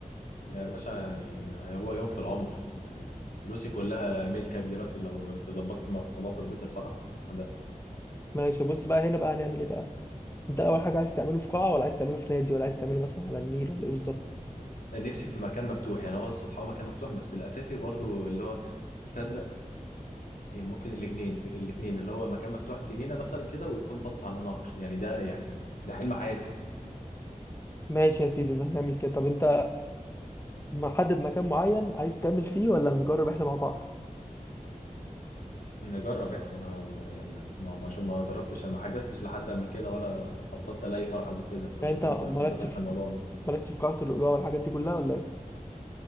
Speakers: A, on the left; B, on the left.
A: يا باشا يعني هو يوم في العمر يعني فلوسي كلها ملكك دلوقتي لو تظبط لي موضوع تظبيط الفرح ده
B: ماشي بص بقى هنا بقى هنعمل ايه بقى انت اول حاجه عايز تعمله في قاعه ولا عايز تعمله في نادي ولا عايز تعمله مثلا على النيل ولا ايه بالظبط
A: نفسي في مكان مفتوح يعني هو السطح هو مكان مفتوح بس الاساسي برضه اللي هو تصدق يعني ممكن الاثنين الاثنين اللي هو مكان مفتوح جنينه مثلا كده ويكون بص على نهر يعني ده يعني ده حلم حياتي
B: ماشي يا سيدي ان هنعمل كده طب انت محدد مكان معين عايز تعمل فيه ولا نجرب احنا مع بعض
A: نجرب احنا انا ما- يعني ما ما ما شو- ما جربتش ما حجزتش لحد قبل كده ولا خططت لاي فرح قبل كده فشوف
B: يعني انت
A: انت خبرتك
B: مالكش في
A: في الموضوع ده
B: مالكش في قاعه اللؤلؤه والحاجات دي كلها ولا ايه